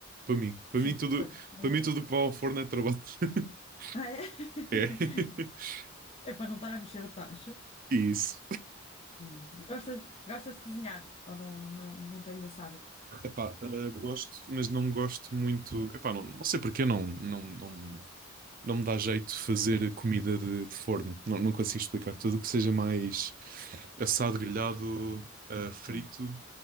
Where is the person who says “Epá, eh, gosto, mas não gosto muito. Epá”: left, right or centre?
Right